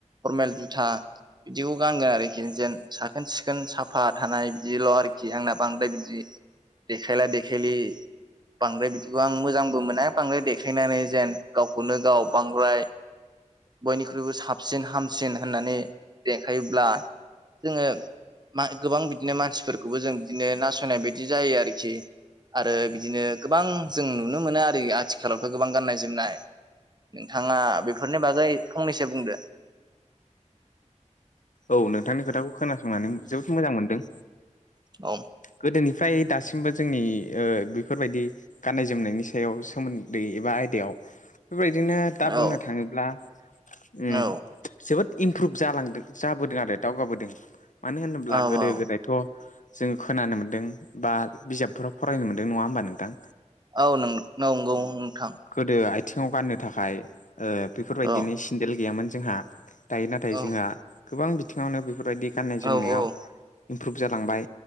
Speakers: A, on the right; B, on the left.
A: फरमेल जुथा बिदिखौ गानगोन आरो खि जेन साखोन सिखोन साफा थानाय बिदिल' आरोखि आंना बांद्राय बिदि देखायला देखायलि बांद्राय बिदिखौ आं मोजांबो मोना बांद्राय देखायनानै जेन गावखौनो गाव बांद्राय बयनिख्रुइबो साबसिन हामसिन होननानै देखायोब्ला जोङो मा गोबां बिदिनो मानसिफोरखौबो जों बिदिनो नासयनाय बायदि जायो आरोखि आरो बिदिनो गोबां जों नुनो मोनो आरो आथिखालावथ' गोबां गाननाय जोमनाय नोंथांआ बेफोरनि बागै फंनैसो बुंदो
B: औ नोंथांनि खोथाखौ खोनासंनानै जोबोद मोजां मोनदों
A: औ
B: गोदोनिफ्राय दासिमबो जोंनि ओ बेफोरबायदि गाननाय जोमनायनि सायाव सोमोन्दै एबा आयदायाव बेबायदिनो दा
A: औ
B: बुंनो थाङोब्ला उम
A: औ
B: जोबोद इमप्रुभ जालांदों जाबोदों आरो दावगाबोदों मानो होनोब्ला
A: औ
B: गोदो
A: औ
B: गोदाय थ' जों खोनानो मोन्दों बा बिजाबफोराव फरायनो मोनदों नङा होमबा नोंथां
A: औ नंगौ नोंथां
B: गोदो आथिङाव गाननो थाखाय बेफोरबायदिनि
A: औ
B: सेन्देल गैयामोन जोंहा दायो नाथाय
A: औ
B: जोंहा गोबां बिथिङावनो बेफोरबायदि गाननाय जोमनायाव
A: औ औ
B: इमप्रुभ जालांबाय